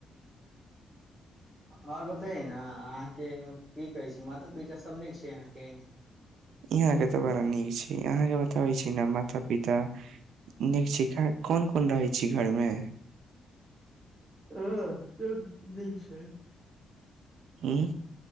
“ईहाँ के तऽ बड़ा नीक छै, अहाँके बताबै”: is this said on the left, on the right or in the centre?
Right